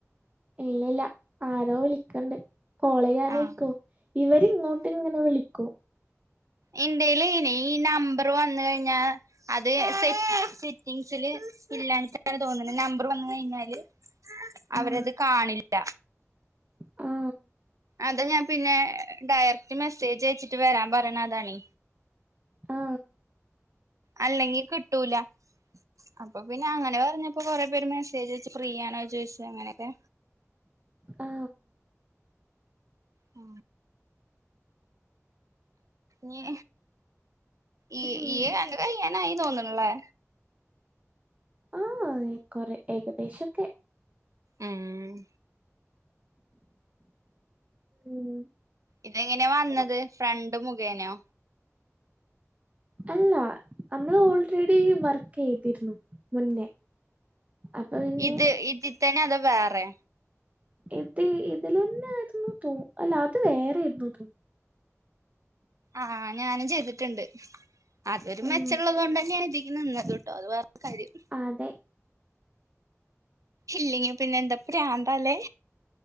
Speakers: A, on the right (about 25°); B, on the right (about 85°).
A: ഇല്ലല്ല ആരോ വിളിക്ണ്ട് കോളെയ്യാനേരിക്കും
B: ആഹ്
A: ഇവരിങ്ങോട്ട് ങ്ങനെ വിളിക്കും.
B: ഇന്റെയ്ല് ഈ നമ്പർ വന്ന് കഴിഞ്ഞാ അത് സെ സെറ്റിങ്സില് ഇല്ലാഞ്ഞിട്ടാണ് തോന്ന്ണ് നമ്പർ വന്ന് കയ്ഞ്ഞാല് അവരത്
A: ആ
B: കാണില്ല.
A: ആ
B: അത ഞാൻ പിന്നെ ഡയറക്റ്റ് മെസ്സേജ് അയച്ചിട്ട് വെരാൻ പറയണെ അതാണ്.
A: ആ
B: അല്ലെങ്കി കിട്ടൂല. അപ്പൊ പിന്നെ അങ്ങനെ പറഞ്ഞപ്പോ കൊറെ പേര് മെസ്സേജയച്ചു ഫ്രീ ആണോ യ് ചോയ്ച്ച് അങ്ങനെക്കെ.
A: ആ
B: ആ ഞ് ഈ
A: ഉം.
B: ഇയ്യ് അന്റെ കയ്യാ ന്നായി ത്തൊന്ന്ണ്ല്ലേ
A: ആഹ് കൊറെ ഏകദേശൊക്കെ
B: ഉം
A: ഉം
B: ഇതെങ്ങനെയാ വന്നത് ഫ്രണ്ട് മുഖേനോ
A: അല്ല നമ്മള് ഓൾറെഡി വർക്ക് ചെയ്തിരുന്നു മുന്നേ അപ്പൊ പിന്നെ
B: ഇത് ഇതിത്തന്നെ അതാ വേറെ
A: ഇത് ഇതിലന്നൊയിരുന്നു തോ അല്ല അത് വേറെ എര്ന്നു തോന്നു
B: ആഹ് ഞാനും ചെയ്തിട്ടുണ്ട് അതൊരു
A: ഉം.
B: മെച്ചുള്ളത്ണ്ടെന്നെയാണ് ഇത് നിന്നത് കട്ടോ അത് പറ കാര്യം
A: അതെ
B: ഇല്ലെങ്കി പിന്നെ എന്താ പ്രാന്താലേ